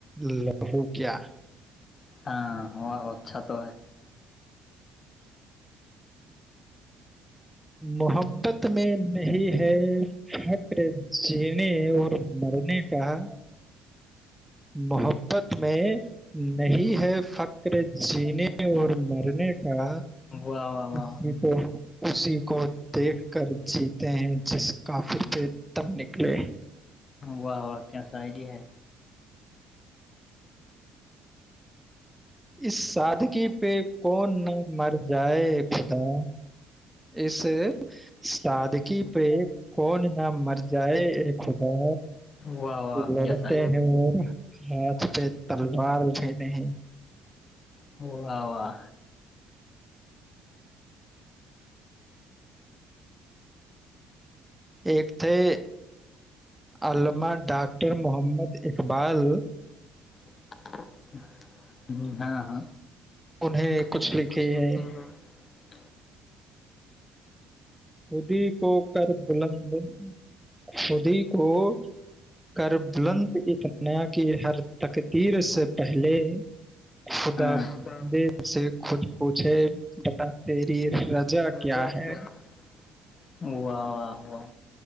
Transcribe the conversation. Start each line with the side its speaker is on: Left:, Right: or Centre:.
Centre: لو کیا,
Left: ہاں و اچھا تو ہے
Centre: مح بت میں نہیں ہے فخر جینے اور مرنے کاا محبت میں نہیں ہے فخر جینے اور مرنے کا
Left: واہ واہ واہ
Centre: اس اسی کو دیکھ کر جیتے ہیں جس کافھر پ تم نکلے
Left: واہ واہ کیا ساری ہے
Centre: اس سادگی پہ کون نہ مر جائے خدا اس سادگی پہ کون نہ مر جائے ا خدا
Left: واہ واہ
Centre: لڑتے
Left: کیا سا
Centre: ہیں اور ہاتھ پہ تلوار بھی نہیں
Left: ہ <unintelligible> و واہ واہ
Centre: ایک تھے علمہ ڈاکٹر محمد اقبال
Left: <unintelligible> ہاں ہ
Centre: انہیں نے
Left: کب
Centre: لکھی
Left: کچھ لیتے
Centre: ہے
Left: ہیں <unintelligible>
Centre: خودی کو کر بلند خودی کو کر بلند اتنایا کی ہر تقدیر سے پہلے خدا
Left: ہاں
Centre: بندے
Left: واہ
Centre: سے خود پوچھے بتا تیری رجا کیا
Left: <unintelligible>
Centre: ہے
Left: واحہ